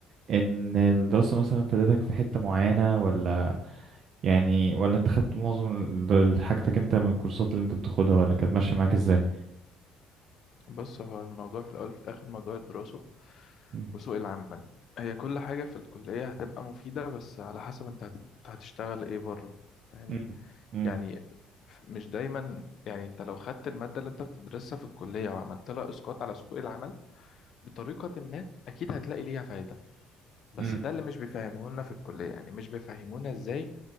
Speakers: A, on the right (about 45°); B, on the left (about 45°).
A: ان الدراسة مثلا فادتك في حتة معينة ولا يعني ولا انت خدت معظم ال- حاجتك انت من الكورسات اللي انت بتاخدها ولا كانت ماشية معاك ازاي
B: بص هو الموضوع في الاول وفي الاخر موضوع الدراسه
A: مم.
B: وسوق العمل هي كل حاجه في الكليه هتبقى مفيده بس على حسب انت هت- انت هتشتغل ايه بره فاهمني
A: مم. مم.
B: يعني ف- مش دايما يعني انت لو خدت الماده اللي انت بتدرسها في الكليه وعملت لها اسقاط على سوق العمل بطريقه ما اكيد هتلاقي ليها فايده بس
A: مم.
B: ده اللي مش بيفهموه لنا في الكلية يعني مش بيفهمونا ازاي